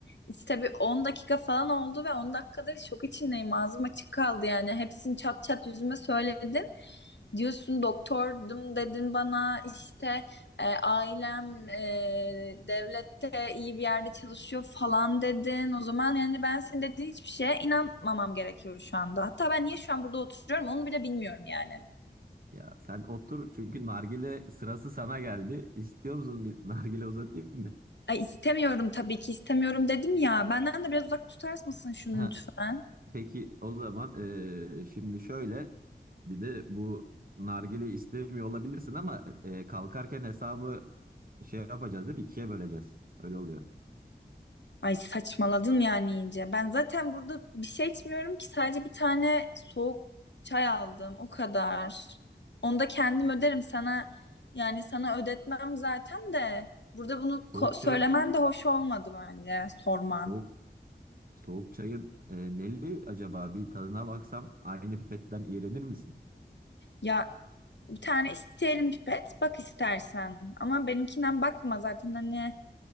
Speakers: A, on the left; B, on the right.
A: işte bir 10 dakika falan oldu ve 10 dakikadır şok içindeyim. Ağzım açık kaldı yani. Hepsini çat çat yüzüme söyledin. diyorsun doktordum dedin bana işte e, ailem e, devlette iyi bir yerde çalışıyor falan dedin. O zaman yani ben senin dediğin hiçbir şeye inanmamam gerekiyor şu anda. Hatta ben niye şu an burada oturuyorum onu bile bilmiyorum yani.
B: Ya sen otur çünkü nargile sırası sana geldi. İstiyor musun bir nargile uzatayım mı?
A: Ay istemiyorum tabii ki istemiyorum dedim ya. Benden de biraz uzak tutar mısın şunu
B: Ha,
A: lütfen?
B: peki o zaman eee, şimdi şöyle bir de bu nargile istemiyor olabilirsin ama eee, kalkarken hesabı şey yapacağız değil mi? İkiye böleceğiz. Öyle oluyor.
A: Ay saçmaladın yani iyice. Ben zaten burada bir şey içmiyorum ki sadece bir tane soğuk çay aldım o kadar. Onu da kendim öderim sana yani sana ödetmem zaten de burada bunu
B: Soğuk
A: ko- söylemen
B: çayın,
A: de hoş olmadı bence sorman.
B: soğuk Soğuk çayın e, neli acaba bir tadına baksam aynı pipetten iğrenir misin?
A: Ya bir tane isteyelim pipet bak istersen ama benimkinden bakma zaten hani